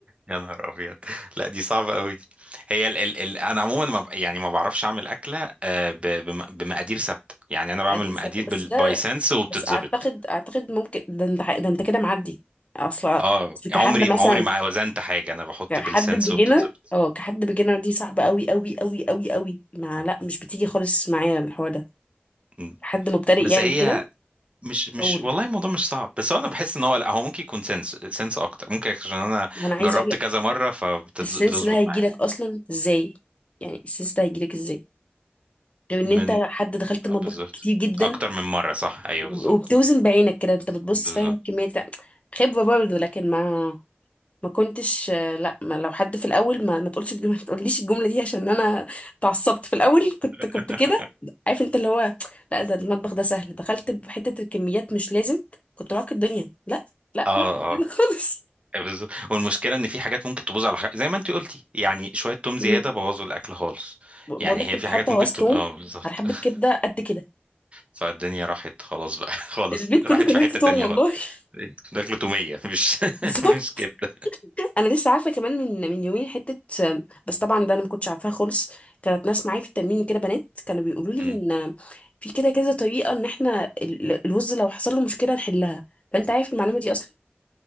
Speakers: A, on the right (about 30°); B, on the left (about 35°).
A: يا نهار ابيض لا دي صعبه قوي دي هي ال... ال... ال... انا عموما ما... ب- يعني ما بعرفش اعمل اكله آه، ب... بم... بمقادير ثابته يعني انا بعمل
B: عادي
A: مقادير
B: سنة. بس
A: بال...
B: ده
A: باي سنس وبتتظبط
B: بس اعتقد اعتقد ممكن ده انت ده انت كده معدي اصلا
A: اه
B: أصل كحد
A: عمري
B: مثلا
A: عمري ما وزنت حاجه انا بحط
B: كحد
A: بالسنس
B: بيجينر
A: وبتتظبط
B: اه كحد بيجينر دي صعبة قوي قوي قوي قوي قوي ما
A: آه.
B: لا مش بتيجي خالص معايا الحوار ده
A: م.
B: حد مبتدئ
A: بس
B: يعني
A: هي
B: كده
A: مش مش
B: اقول
A: والله الموضوع مش صعب بس هو انا بحس ان هو لا هو ممكن يكون سنس سنس اكتر ممكن عشان انا
B: ما انا عايزه
A: جربت
B: اقول لك
A: كذا مره فبتظبط
B: السنس ده هيجيلك
A: معايا
B: اصلا ازاي يعني السنس ده هيجيلك ازاي غير ان
A: من
B: انت حد دخلت المطبخ
A: اه بالظبط
B: كتير جدا
A: اكتر من مره صح ايوه
B: وبتوزن
A: بالظبط
B: بعينك كده انت بتبص
A: بالظبط
B: فاهم كمية خبرة برضه لكن ما ما كنتش آه، لا ما لو حد في الاول ما ما تقولش الجمله ما تقوليش الجمله دي عشان انا اتعصبت في الاول كنت
A: <laughs>
B: كنت كده عارف انت اللي هو لا ده المطبخ ده سهل دخلت بحته الكميات مش لازم كنت راكب الدنيا لا لا
A: اه
B: لا مش كده
A: اه
B: خالص
A: بالظبط والمشكله ان في حاجات ممكن تبوظ على حاجة. زي ما انت قلتي يعني شويه توم زياده
B: مم.
A: بوظوا الاكل خالص
B: بقول
A: يعني
B: لك
A: هي
B: كنت
A: في
B: حاطه
A: حاجات ممكن
B: وسط
A: تبقى
B: توم
A: اه بالظبط
B: على حبه
A: <laughs>
B: كبده قد كده
A: فالدنيا راحت خلاص بقى <laughs> خالص
B: البيت
A: راحت
B: كله كان
A: في
B: ريحه
A: حته
B: توم
A: تانية
B: والله
A: خالص
B: <laughs>
A: ده اكل توميه مش
B: بالظبط
A: <laughs> مش كبده
B: انا لسه عارفه كمان من من يومين حته بس طبعا ده انا ما كنتش عارفاها خالص كانت ناس معايا في التمرين كده بنات كانوا بيقولوا لي
A: إمم.
B: ان في كده كذا طريقه ان احنا ال- الوز لو حصل له مشكله نحلها فانت عارف المعلومه دي اصلا